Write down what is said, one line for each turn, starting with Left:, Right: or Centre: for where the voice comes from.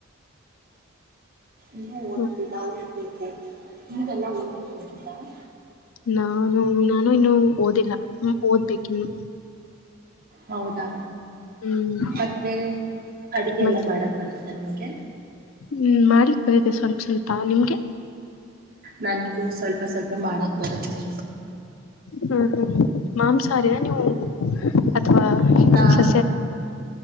Right: ನೀೂ ಓದ್ತ
Left: ಹ್ಮ
Right: ನಾವು ಓದ್ಬೇಕೇತಿ ನೀವೆಲ್ಲ ಓದಿದ್ದು ನಟ್ಟಿದ್ದ
Left: ನಾನು ನಾನು ಇನ್ನು ಓದಿಲ್ಲ ಹ ಓದ್ಬೇಕ ಇನ್ನು
Right: ಹೌದಾ
Left: ಹ್ಮ್
Right: ಮತ್ತೆ ಅಡುಗೆ
Left: ಮತ್ತೆ
Right: ಎಲ್ಲ ಮಾಡಕ್ಕೆ ಬರುತ್ತೆ ನಿಮಗೆ
Left: ಹ್ಮ್ ಮಾಡ್ಲಿಕ್ ಬರತೆ ಸ್ವಲ್ಪ ಸ್ವಲ್ಪ ನಿಮ್ಗೆ
Right: ನನ್ಗೂ ಸ್ವಲ್ಪ ಸ್ವಲ್ಪ ಮಾಡಕ್ ಬರುತ್ತೆ
Left: ಹ ಹ್ಮ ಮಾಂಸಾರಿಯ ನೀವು ಅಥವಾ
Right: ನಾನು
Left: ಸಸ್ಯ